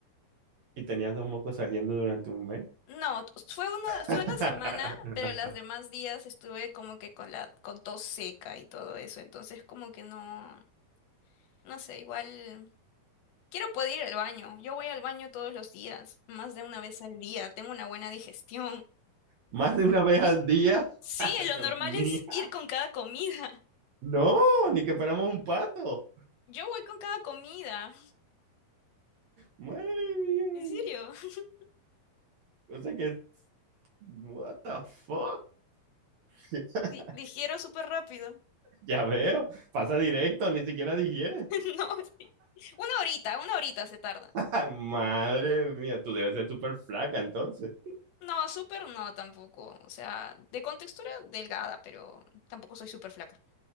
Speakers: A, on the right; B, on the left.
A: Y tenías dos mocos saliendo durante un mes.
B: No, t- fue una, fue
A: <laughs>
B: una semana, pero los demás días estuve como que con la, con tos seca y todo eso. Entonces como que no, no sé, igual quiero poder ir al baño. Yo voy al baño todos los días, más de una vez al día. Tengo una buena digestión. <laughs>
A: Más de una vez al día.
B: Sí,
A: Madre
B: lo normal
A: mía.
B: es ir con cada comida.
A: No, ni que fuéramos un pato.
B: Yo voy con cada comida.
A: Madre mía.
B: En serio. <laughs>
A: O sea que What the fuck? <laughs>
B: Di- digiero súper rápido.
A: Ya veo, pasa directo, ni siquiera digiere.
B: <laughs> No, sí. Una horita, una horita se tarda.
A: <laughs> Ay, madre mía, tú debes ser súper flaca entonces.
B: No, súper no tampoco. O sea, de contextura delgada, pero tampoco soy súper flaca.